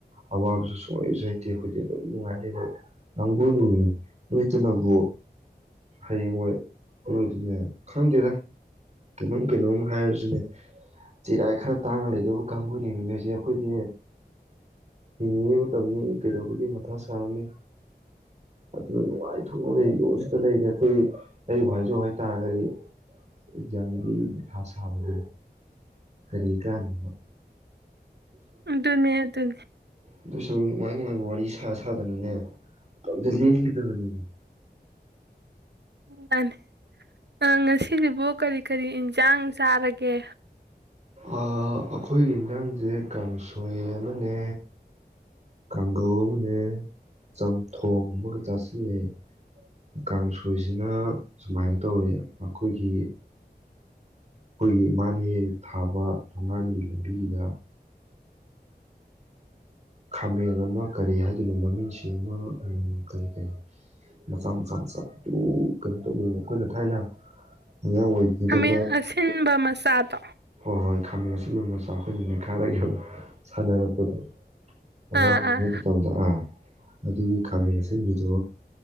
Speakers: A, on the right; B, on the right.
A: ꯑꯋꯥꯕꯖꯨ ꯁꯨꯡꯍꯩꯖꯨ ꯍꯩꯇꯦ ꯑꯩꯈꯣꯏꯗꯤ ꯑꯗꯨꯝ ꯅꯨꯡꯉꯥꯏꯔ ꯂꯩꯕ ꯀꯥꯡꯕꯨꯅꯦꯃꯦ ꯅꯣꯏꯇꯅꯕꯨ ꯍꯌꯦꯡ ꯍꯣꯏ ꯅꯣꯏꯗꯤꯅꯦ ꯈꯪꯗꯦꯗ ꯀꯩꯅꯣꯝ ꯀꯩꯅꯣꯝ ꯍꯥꯏꯔꯖꯤꯅꯦ ꯆꯤꯔꯥꯏ ꯈꯔ ꯇꯥꯡꯉ ꯂꯩꯗꯧꯕ ꯀꯥꯡꯒꯨꯅꯦꯃꯦ ꯅꯣꯏꯖꯦ ꯑꯩꯈꯣꯏꯗꯤ ꯍꯤꯡꯉꯤꯉꯩ ꯃꯇꯝꯅꯤ ꯀꯩꯗꯧꯕꯒꯤ ꯃꯊꯥ ꯁꯥꯔꯨꯅꯤ ꯑꯗꯨꯅ ꯅꯨꯡꯉꯥꯏꯊꯣꯛꯅ ꯂꯩꯌꯣꯁꯤꯗ ꯂꯩꯔꯦ ꯑꯩꯈꯣꯏ ꯑꯩꯕꯨ ꯍꯥꯏꯖꯧ ꯍꯥꯏꯇꯥꯔꯒꯗꯤ꯫ ꯑꯦꯛꯖꯥꯝꯒꯤ ꯃꯊꯥ ꯁꯥꯕ ꯀꯔꯤ ꯀꯥꯟꯅꯕ꯫
B: ꯑꯗꯨꯅꯦ ꯑꯗꯨꯅꯦ꯫
A: ꯑꯗꯨꯏꯁꯔꯨꯛ ꯅꯨꯡꯉꯥꯏ ꯅꯨꯡꯉꯥꯏꯕ ꯋꯥꯔꯤ ꯁꯥ ꯁꯥꯗꯅꯅꯦ ꯃꯇꯝꯖꯦ ꯂꯦꯟꯒꯗꯕꯅꯤ꯫
B: ꯃꯥꯅꯦ ꯑ ꯉꯁꯤꯖꯤꯕꯨ ꯀꯔꯤ ꯀꯔꯤ ꯏꯟꯖꯥꯡ ꯆꯥꯔꯒꯦ꯫
A: ꯑ ꯑꯩꯈꯣꯏꯒꯤ ꯌꯦꯟꯖꯥꯡꯖꯦ ꯀꯥꯡꯁꯣꯏ ꯑꯃꯅꯦ꯫ ꯀꯥꯡꯒꯧ ꯑꯃꯅꯦ ꯆꯝꯊꯣꯡ ꯑꯃꯒ ꯆꯥꯁꯤꯂꯦ ꯀꯥꯡꯁꯣꯏꯁꯤꯅ ꯁꯨꯃꯥꯏꯅ ꯇꯧꯋꯦ ꯑꯩꯈꯣꯏꯒꯤ ꯑꯩꯈꯣꯏꯒꯤ ꯏꯃꯥꯅ ꯍꯦꯛ ꯍꯦꯛ ꯊꯥꯕ ꯊꯣꯡꯒꯥꯟꯒꯤ ꯂꯝꯕꯤꯒꯤꯗ ꯈꯥꯃꯦꯟ ꯑꯃ ꯀꯔꯤ ꯍꯥꯏꯗꯣꯏꯅꯣ ꯃꯃꯤꯡꯁꯤ ꯑꯃ ꯀꯔꯤ ꯀꯔꯤ ꯃꯆꯥ ꯃꯆꯥ ꯃꯆꯥꯗꯨ ꯀꯩꯅꯣ ꯇꯧꯕ ꯃꯈꯣꯏꯅ ꯊꯥꯏꯅ ꯑꯉꯥꯡ ꯑꯣꯏꯔꯤꯉꯩꯗꯒ
B: ꯍꯥꯃꯦꯜ ꯑꯁꯤꯜꯕ ꯃꯆꯥꯗꯣ꯫
A: ꯍꯣꯏ ꯍꯣꯏ ꯈꯥꯃꯦꯟ ꯑꯁꯤꯟꯕ ꯃꯆꯥ ꯑꯩꯈꯣꯏꯅ ꯃꯦꯈꯥꯏꯔ ꯌꯥꯝ ꯁꯥꯟꯅꯔꯛꯄꯗꯣ꯫ ꯑꯉꯥꯡ
B: ꯑꯥ ꯑꯥ
A: <unintelligible> ꯃꯇꯝꯗꯣ ꯑ ꯑꯗꯨꯒꯤ ꯈꯥꯃꯦꯟ ꯑꯁꯤꯟꯕꯤꯗꯣ